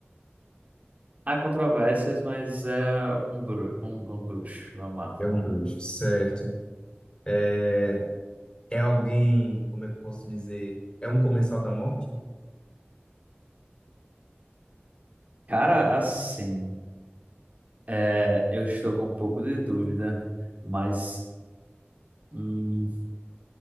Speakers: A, on the right; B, on the left.
A: Há controvérsias, mas é um, bru um, um bruxo. Vamos lá.
B: É um bruxo. Certo. É, é alguém, como é que eu posso dizer? É um comensal da morte?
A: Cara, assim, é, eu estou com um pouco de dúvida, mas. hum,